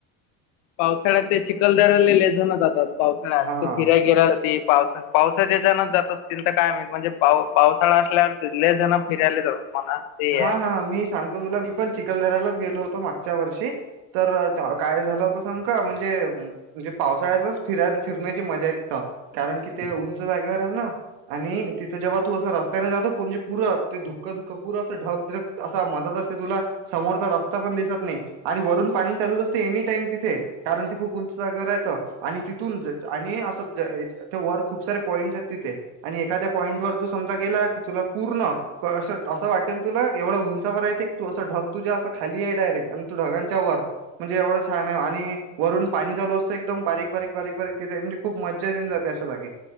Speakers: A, on the left (about 80°); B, on the right (about 75°).
A: पावसाळ्यात ते चिखलदर्या जातात पावसाळ्यात
B: हा
A: फिराय गेल्यावरती ते पावसा पावसाच्या ह्याचानं जात असतील तर काय माहीत म्हणजे पाव पावसाळा असल्यावरले लय जणं फिरायला जातात म्हणा ते
B: हा
A: आहे
B: हा मी सांगतो तुला मी पण चिखलदराला गेलो होतो. मागच्या वर्षी तर काय झालं होतं सांगु का? म्हणजे म्हणजे पावसाळ्यातच फि फिरण्याची मजाय तिथं कारण कि ते उंच जागेवरय ना? आणि तिथं जेव्हा तू असं रस्त्याने जातो पुर्ण ते पुर्ण ते धुकं धुकं पूरं असं ढग ढक असा मदत असते तुला समोरचा रस्ता पण दिसत नायी आणि वरून पाणी चालूच असते एनी टाइम तिथें कारण ते खूप उंच जागेवरयतं आणि तिथून आणि असं वर खूप सारे पाॅईन्टसयत तिथे आणि एखाद्या पॉईंट वर तू समजा गेला की तुला पूर्ण असं असं वाटेल तुला एवढं उंचावरय ते तू असं ढग तझ्यां खालीय डायरेक्ट आण तू ढगांच्या वर म्हणजे एवढं छानय आणि वरून पाणी चालू असतं एकदम बारीक बारीक बारीक बारीक तिथें म्हणजे' खूप मज्जा देऊन जाते अशा जागी